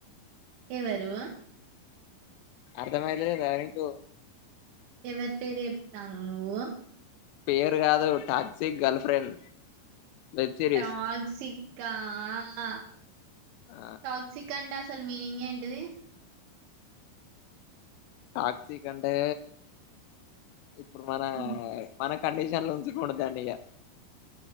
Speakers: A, on the right; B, on the left.
A: ఎవరు
B: అర్థమైతలేదాయే నీకు
A: ఎవరి పేరు చెప్తనవ్ నువ్వు
B: పేరు కాదు toxic girlfriend web series
A: toxic కానా
B: ఆ
A: టాక్సిిక్ అండాస్ అసలు మీనింగ్ ఎంటిది
B: టాక్సిక్ కంటే ఇప్పుడు మన
A: హ్మ్.
B: మనకు కండీషన్ లో ఉంచి కూడా దానిగా